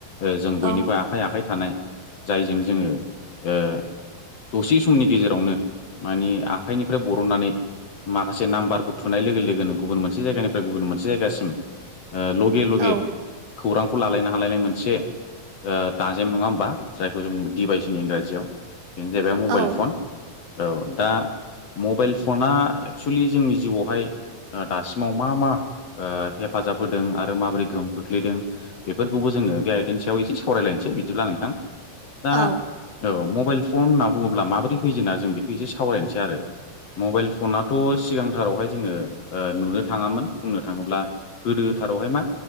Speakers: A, on the left (about 50°); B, on the right (about 80°).
A: ओ जों
B: औ
A: बयनिबो आखाइ आखाइ थानाय जायजों जोङो ओ दसे समनि गेजेरावनो माने आखाइनिफ्राय बरननानै माखासे नाम्बारखौ थुनाय लोगो लोगोनो गुबुन मोनसे जायगानि गुबुन मोनसे जायगासिम ओ लगे लगे
B: औ
A: खौरांखौ लालायनो हालायनाय मोनसे ओ दाजेम नङा होमबा जायखौ जों डिभाइस होनो इंराजियाव बेनो जाहैबाय मबाइल
B: औ
A: फन। औ दा मबाइल फना एक्सुलि जोंनि जिउआवहाय ओ दासिमाव मा मा ओ हेफाजाब होदों आरो माबोरै गोहोम खोख्लैदों बेफोरखौबो जोङो बे आइदानि सायाव एसे सावरायलायनोसै बिदिब्ला नोंथां दा
B: औ
A: औ मबाइल फन होनना बुङोब्ला माबोरै फैजेना जों बेखौ एसे सावरायनोसै आरो। मबाइल फनाथ' सिगांथारावहाय जोङो ओ नुनो थाङामोन बुंनो थाङोब्ला गोदोथारावहाय मा